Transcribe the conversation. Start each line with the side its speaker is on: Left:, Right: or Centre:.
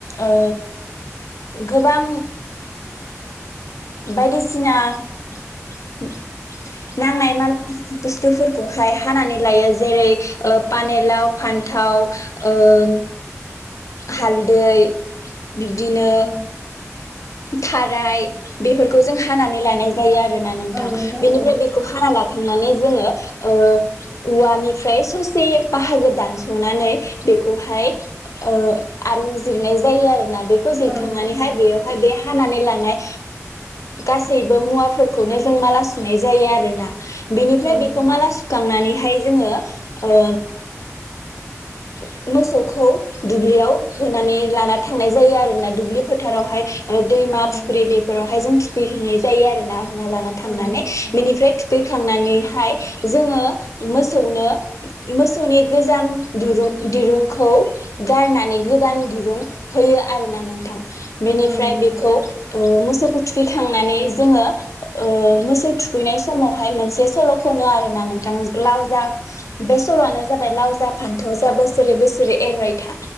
Left: ओ गोबां बायदिसिना <inaudible> नांनाय माल बुस्थुफोरखौहाय हानानै लायो जेरै ओ पानेलाव फान्थाव ओं हाल दै बिब्दिनो
Centre: औ
Left: थाराय बेफोरखौ जों हानानै लानाय जायो आ रोना नोंथां
Centre: औ
Left: बिनिफ्राय
Centre: औ
Left: बेखौ हाना ला <unintelligible> नानै जोङो ओ औवानिफ्राय ससे बाहागो दानस'नानै बेखौहाय ओ आरुंजिरनाय जायो आरोना बेखौ जिरखांनानै
Centre: औ नोंथां
Left: हाय
Centre: औ
Left: बेयो बे हानानै लानाय गासैबो मुवाफोरखौनो जों माला सुनाय जायो आरोना । बिनिफ्राय
Centre: औ नोंथां
Left: बेखौ माला सुखांनानैहाय जोङो ओ <inaudible> मोसौखौ दुब्लियाव होनानै लाना थांनाय जायो आरोना दुब्लि फोथारावहाय दैमा
Centre: औ
Left: फुख्रि
Centre: नोंथां
Left: बेफोरावहाय जों थु खैहैनाय जायो आरो ना। लाना थांनानै
Centre: औ नोंथां औ
Left: बेनिफ्राय थु खैखांनानैहाय जोङो मोसौनो मोसौनि गोजाम दुरुं-दिरुंखौ गारनानै गोदान दिरुं होयो आरोना नोंथां। बिनि
Centre: औ
Left: फ्राय
Centre: नोंथां
Left: बेखौ औ मोसौखौ थुखैखांनानै जोङो ओ मोसौ थुखैनाय समावहाय मोनसे सल' खनो आरोना नोंथां लाव जा बे सल'आनो जाबाय लाव जा फान्थाव जा बोसोरे बोसोरे एरबायथा।